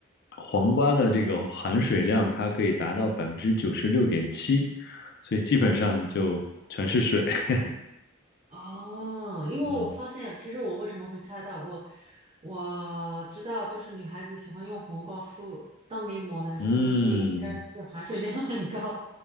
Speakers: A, on the left (about 50°); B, on the right (about 25°).
A: 黄瓜的这个含水量它可以达到百分之九十六点七，所以基本上就全是水，<laughs>
B: 哦，因为我发现有，
A: 嗯
B: 其实我为什么会猜到，我我知道，就是女孩子喜欢用黄瓜敷当面膜来敷，
A: 嗯。
B: 所以应该是含水量很高。